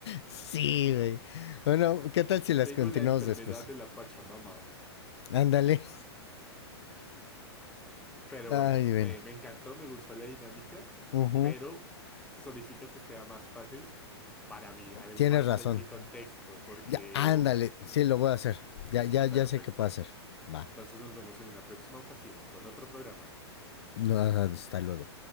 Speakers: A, on the left (about 70°); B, in the centre.
A: sí, güey. Bueno, ¿qué tal si las
B: Tengo
A: continuamos
B: la enfermedad
A: después?
B: de la Pachamama,
A: Ándale.
B: pero
A: Ay,
B: bueno,
A: bueno.
B: me, me encantó, me gustó la dinámica,
A: Ujú.
B: pero solicito que sea más fácil para mí, algo
A: Tienes
B: más
A: razón.
B: en mi contexto, porque,
A: Ya, ándale.
B: uff,
A: Sí, lo voy a hacer. Ya, ya, ya
B: perfecto.
A: sé qué puedo hacer. Va.
B: Entonces nos vemos en una próxima ocasión con otro programa.
A: No, hasta luego.